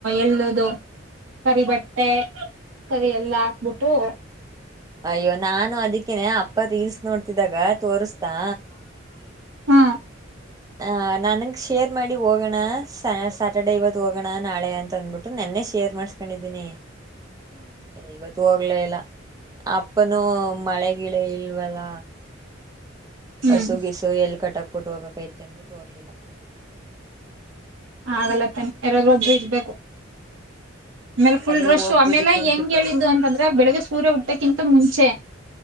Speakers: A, on the right; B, on the right.
A: ಎಲ್ಲದು ಕರಿ ಬಟ್ಟೆ ಕರಿ ಎಲ್ಲಾ ಹಾಕ್ಬಿಟ್ಟು
B: ಅಯ್ಯೋ ನಾನು ಅದಕ್ಕೇನೆ ಅಪ್ಪ ರೀಲ್ಸ್ ನೋಡ್ತಿದಾಗ ತೋರ್ಸ್ತಾ
A: ಹ್ಮ
B: ಹ ನನಗೆ ಶೇರ್ ಮಾಡಿ ಹೋಗೋಣ ಸಾಯಾಟರ್ಡೇ ಇವತ್ತು ಹೋಗೋಣ ನಾಳೆ ಅಂತ ಅಂದ್ಬಿಟ್ಟು ನೆನ್ನೆ ಶೇರ್ ಮಾಡ್ಸ್ಕೊಂಡಿದ್ದೀನಿ ಇವತ್ತು ಹೋಗ್ಲೇ ಇಲ್ಲ ಅಪ್ಪನುೂ ಮಳೆ ಗಿಳ ಇಲ್ವಲ್ಲ
A: ಹ್ಮ್
B: ಹಸು ಗಿಸು ಎಲ್ಲಿ ಕಟ್ಟಕ್ಬಟ್ಟು ಹೋಗಕ್ ಐತೆ ಅನ್ಬಿಟ್ಟು ಹೋಗ್ಲಿಲ್ಲ
A: ಹ ಅದಲ್ಲ ತಾನ ಯಾರಾದ್ರು ಒದ್ರರು ಇರ್ಬೇಕು ಆಮೇಲೆ ಫುಲ್
B: ಆದ್ರೆ
A: ಡ್ರಶು
B: ಹೋಗ್ಬೋದಿತ್ತು
A: ಆಮೇಲೆ
B: ಅನ್ಸುತ್ತೆ
A: ಹೆಂಗ್ ಹೇಳಿದ್ದು
B: ಇವತ್ತು
A: ಅಂತಂದ ಬೆಳಿಗ್ಗೆ ಸೂರ್ಯ ಉಊಟ್ಟಕ್ಕಿಂತ ಮುಂಚೆ